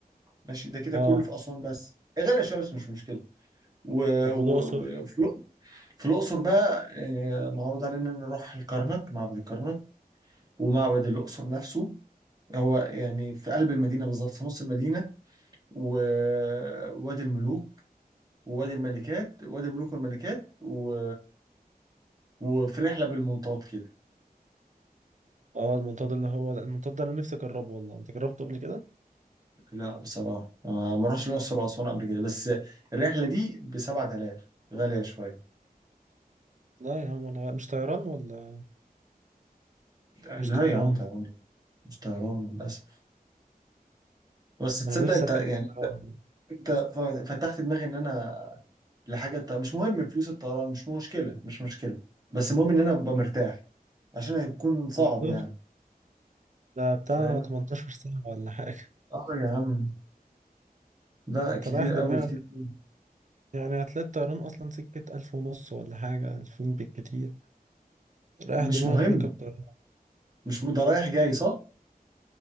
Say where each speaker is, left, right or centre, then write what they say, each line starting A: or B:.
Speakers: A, on the right (about 25°); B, on the right (about 50°).
A: ماشي ده كده
B: اه
A: كله في اسوان بس غير الشمس مش مشكله و-
B: طب
A: و-
B: والأقصر
A: وفي الأ- في الاقصر بقى آه، معروض علينا نروح الكرنك معبد الكرنك ومعبد الاقصر نفسه هو يعني في قلب المدينه بالظبط في نص المدينه ووادي الملوك ووادي الملكات وادي الملوك والملكات و... وفي رحله بالمنطاد كده
B: اه المنطاد اللي هو لا، المنطاد ده أنا نفسي أجربه والله أنت جربته قبل كده؟
A: لا بصراحه أنا ما رحتش الاقصر واسوان قبل كده بس الرحله دي ب 7000 غاليه شويه
B: لا يا عم أنا مش طيران ولا
A: لا
B: مش طيران
A: يا عم طبعا مش طيران للاسف بس تصدق
B: أنا نفسي
A: انت
B: أركب
A: يعني
B: طيران
A: انت ف- فتحت دماغي ان انا لحاجه ط- مش مهم فلوس الطيران مش مشكله مش مشكله بس المهم ان انا ابقى مرتاح عشان هيكون صعب
B: بالظبط
A: يعني
B: ده بتاع
A: فاهم
B: 18 ساعة ولا حاجة
A: اه يا عم لا
B: انت
A: كتير
B: رايح دماغك
A: قوي كتير قوي.
B: يعني هتلاقي الطيران اصلا سكة ألف ونص ولا حاجة ألفين بالكتير رايح
A: مش
B: دماغك
A: مهم
B: وركب طيران
A: مش م- ده رايح جاي صح